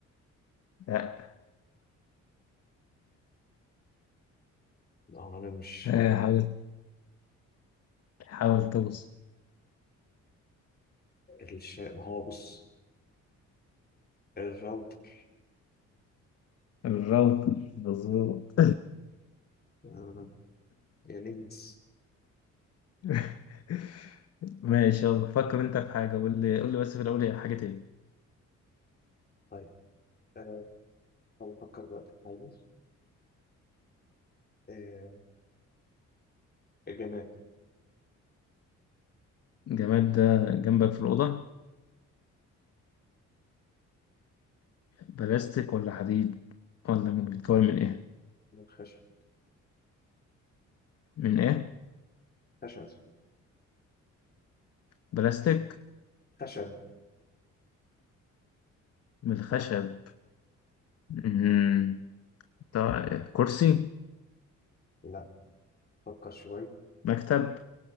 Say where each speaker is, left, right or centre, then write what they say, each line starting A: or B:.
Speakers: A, on the left; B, on the left.
A: لأ
B: ما هو أنا مش
A: آه، حاول حاول توصل
B: الش... ما هو بص الراوتر
A: الراوتر مظبوط
B: آه، يا لينس
A: <laughs> ماشي يلا فكر انت في حاجة قول لي قول لي بس في الأول هي حاجة ايه
B: طيب أه... طب أفكر بقى طيب أه... الجماد
A: الجماد ده جنبك في الأوضة بلاستيك ولا حديد ولا من- بيتكون من ايه
B: من خشب
A: من ايه
B: خشب
A: بلاستيك
B: خشب
A: من الخشب مم. ده كرسي
B: لا فكر شوي
A: مكتب